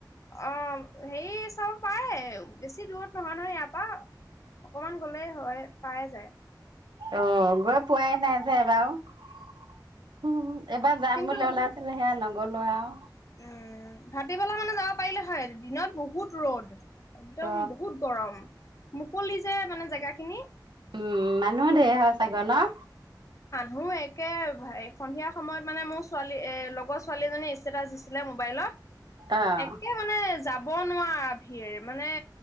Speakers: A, on the left; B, on the right.
A: অ' হেই চাৱ পায়ে, বেছি দূৰত নহয় নহয় ইয়াৰ পৰা, অকমান গলে হয়ে পায়ে যায়।
B: অ' গৈ পোৱাই নাই যে এবাৰু। উম, উম, এবাৰ যাম
A: কিন্তু
B: বুলি ওলাইছিলে হেয়া ন গ'লো আওঁ।
A: উম, ভাটিবেলা মানে যাব পাৰিলে হয়, দিনত বহুত ৰ'দ। একদম
B: ত'
A: বহুত গৰম। মুকলি যে মানে জেগাখিনি।
B: উম, মানুহ ধেৰ হয় চাগৈ ন?
A: হু, একে ভা এ সন্ধিয়া সময়ত মানে মোৰ ছোৱালী, এ লগৰ ছোৱালীজনী ইচ ষ্টেটাছ দিছিলে মোবাইলত।
B: অ'।
A: একে মানে যাব ব নোৱাৰা ভিৰ মানে,